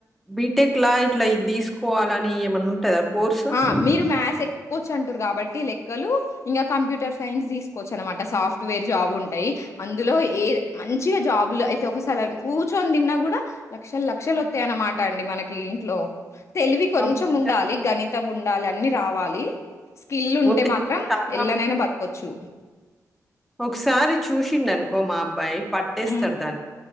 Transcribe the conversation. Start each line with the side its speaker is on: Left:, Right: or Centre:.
Centre: బీటెక్ లా ఇట్లా ఇది తీస్కోవాలని ఏమన్నా ఉంటదా. కోర్సు?
Left: ఆహ్ మీరు మ్యాథ్స్ ఎక్కువ్వాచ్ అంటున్నారు కాబట్టి లెక్కలు ఇంకా కంప్యూటర్ సైన్స్ తీస్కోచ్చు అన్మాట. సాఫ్ట్వేర్ జాబ్ ఉంటాయి అందులో ఏ మంచిగా జాబ్లో అయితే ఒకసారి కూర్చొని తిన్నా. కూడా లక్షలు లక్షలు ఓతైయన్నమాట అండి మనకి ఇంట్లో. తెలివి కొంచెం
Centre: కంప్యూటర్‌లో
Left: ఉండాలి గణితం ఉండాలి అన్ని రావాలి. స్కిల్ ఉంటే
Centre: తెలివి
Left: మాత్రం
Centre: చాలా
Left: ఎలనైనా బత్కొచ్చు.
Centre: ఒక్సారి చూసిండన్కో మా అబ్బాయి పట్టేస్తాడుదాన్ని.
Left: హ్మ్.